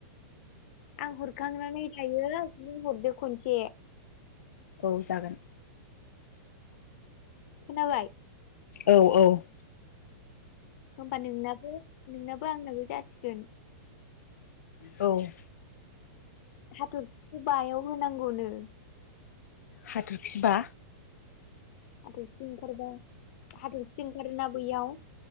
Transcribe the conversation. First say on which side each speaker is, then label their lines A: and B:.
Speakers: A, on the left; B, on the left.
A: आं हरखांनानै नाय थायो नों हरदो खनसे।
B: औ जागोन।
A: खोनाबाय?
B: औ औ।
A: होमबा नोंनाबो नोंनाबो आंनाबो जासिगोन।
B: औ।
A: हाथरखिखौ बायाव होनांगौनो।
B: हाथरखिबा
A: हाथरखि ओंखारबाय हाथरखि ओंखारोना बैयाव।